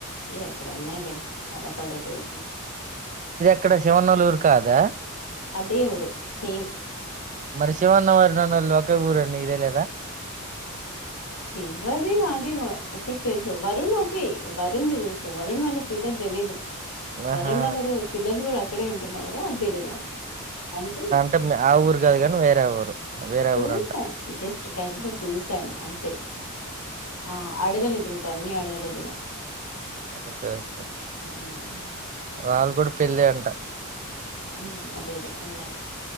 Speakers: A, on the left; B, on the right.
A: ఎక్కడో ఉన్నాయ్ లే చాలా పల్లెటూర్
B: ఇక్కడే శివనోళ్ళ ఊరు కాదా
A: అదే ఊరు సేమ్
B: మరి శివన్న వరుణన్నోళ్లు ఒకే ఊరని నీకు తెలియదా
A: శివది నాది ఒకటి తెలుసు వరుణ్ ఒకే వరుణ్ది తెలుసు వరుణ్ వాళ్ళ పిల్లది తెలియదు
B: ఆహా
A: వరుణ్ వాళ్ళది పిల్లది కూడా అక్కడే అంటున్నావు కదా అది తెలీదా అంటే
B: టే ఆ ఊరు కాదు కానీ వేరే ఊరు వేరే
A: చూశా
B: ఊరంట
A: జస్ట్ క్యాజు గా చూశాను అంతే ఆ అడగలేదు ఇంకా తన్ని అడగలేదు ఇగ
B: ఓకే ఓకే
A: హ్మ్.
B: వాళ్ళు గూడా పెళ్ళే అంట
A: ఊమ్ అదే అదే అన్నారు